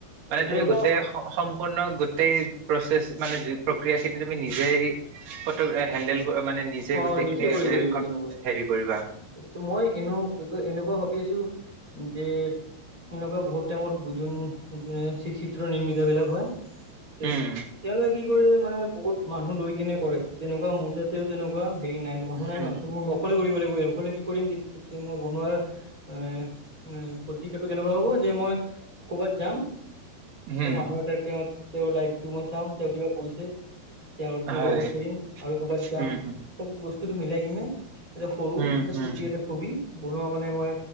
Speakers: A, on the right; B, on the right.
A: অ তেনেকুৱা
B: তুমি গোটেই সম্পূৰ্ণ গোটেই প্ৰচেষ্ট মানে যি প্ৰক্ৰিয়া সেইটো তুমি নিজে আহি ফটো এ হেন্দল মানে নিজে
A: অ
B: গোটেইখিনি
A: কৰিব লাগিব তেনেকুৱা
B: হেৰি ক'ত কৰিবা।
A: ত মই এনো এনেকুৱা ভাবি আছো। যে এনেকুৱা বহুত টাইমত যোন যো চিত্ৰ নিৰ্মিত বিলাক হয়। তে
B: উম
A: তেওঁলোকে কি কৰে মানে বহুত মানুহ লৈ কিনে কৰে ত তেনেকুৱা মুহুৰ্ততে। তেনেকুৱা হেৰি নাই মানুহ
B: উম।
A: নাই ন ত মোৰ অকলে কৰিব লাগিব। অকলে কি কৰিম তেতিয়া মই বনোৱাৰ এ প্ৰতিক্ৰিয়াটো কেনেকুৱা হ'ব যে মই ক'বাত যাম।
B: হম
A: ত মানুহ এটা তেওঁৰ লাইফটো মই চাম তেওঁ কিবা কৈছে তেওঁো
B: হয়
A: ৰেকৰ্ড কৰিম আৰু ক'ৰবাত যাম
B: উম হম
A: সব বস্তুটো মিলাই কিনে এটা সৰু
B: উম
A: এটা
B: হম
A: চুটি এটা ছবি বনোৱা মানে মই